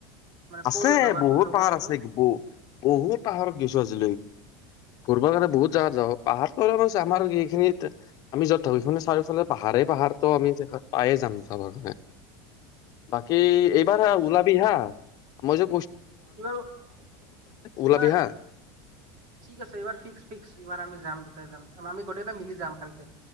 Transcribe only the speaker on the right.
মানে
ক'ৰ জগাটো
লোকেশচনটো
এইবাৰো এইবাৰ
ঠিক আছে, এইবাৰ ফিক্স ফিক্স এইবাৰ আমি যাম দুট যাম। আমি গোটেই এটা মিলি যাম ভালকে